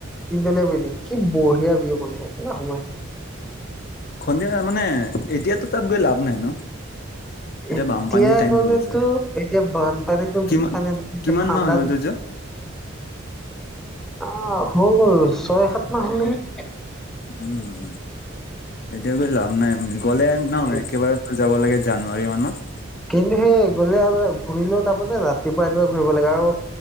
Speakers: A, in the centre; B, on the left (about 50°).
A: তিনতলীয়া বিল্ডিং কি বঢ়িয়া ভিউ মানে সেই কিবা সোমাই
B: সন্ধিয়া মানে এতিয়াতো তাত গৈ লাভ নাই ন।
A: এতিয়া
B: বানপানীৰ টাইম
A: গ'লেতো
B: হৈ গৈছে
A: এতিয়া বানপানীতো
B: কিমান
A: বানপানী
B: কিমান
A: ঠাণ্ডা
B: মাহ হৈ গ'ল তোৰ যোৱা
A: অ হৈ গ'ল ছয় সাত মাহ হ'ল নেকি।
B: উম এতিয়া গৈ লাভ নাই গ'লে নহ
A: এ,
B: একেবাৰে যাব লাগে জানুৱাৰী মানত।
A: কিন্তু সেই গলে আৰু ঘূৰিলেও তাৰপা যে ৰাতিপুৱাই ৰাতিপুৱাই ঘূৰিব লাগে আৰু